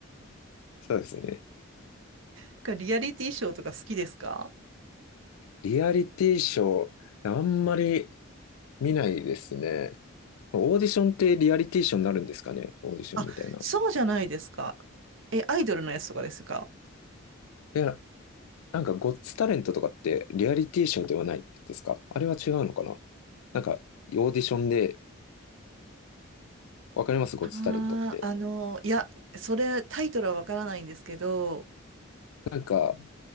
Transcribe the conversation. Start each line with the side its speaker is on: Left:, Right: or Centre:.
Left: そうですね。
Right: なんかリアリティショーとか好きですか
Left: リアリティショー、あんまり見ないですね。オーディションってリアリティショーになるんですかねオーディションみたいな。
Right: あ、そうじゃないですか。
Left: い
Right: え、アイドルのやつとかですか
Left: や、なんか、ゴッツタレントとかってリアリティショーではないですかあれは違うのかななんか、オーディションで、わかりますゴッツタレントって。
Right: ああー、あの、いや、それ、タイトルはわからないんですけど、
Left: なんか、